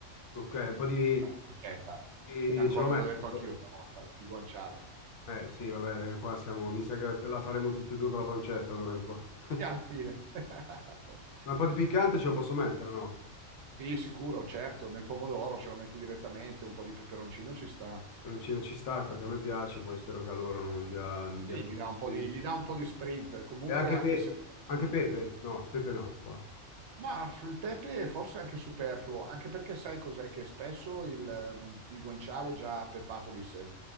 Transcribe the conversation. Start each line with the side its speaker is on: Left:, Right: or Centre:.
Left: ok, un po' di...
Right: Pancetta.
Left: di-
Right: Ancora
Left: ce lo metto.
Right: l'ho detto anch'io stavolta, di guanciale.
Left: Eh sì, vabbè, eh, qua siamo, mi sa che te la faremo tutti e due con la pancetta d'ora in poi. <laughs>
Right: Sì, alla fine. <laughs>
Left: Ma un po' di piccante ce lo posso mettere, no?
Right: Sì, sicuro, certo, nel pomodoro ce lo metti direttamente, un po' di peperoncino ci sta.
Left: Peperoncino ci sta perché a me piace, poi spero che a loro non dia, dia
Right: Sì,
Left: troppo
Right: gli dà
Left: fastidio.
Right: un po' di, gli dà un po' di sprint, comunque
Left: E anche,
Right: anche
Left: pe-
Right: se...
Left: anche
Right: Mm.
Left: Pepe? No, Pepe no, qua.
Right: Ma il pepe forse è anche superfluo, anche perché sai cos'è? Che spesso il, ehm, il guanciale è già pepato di sé,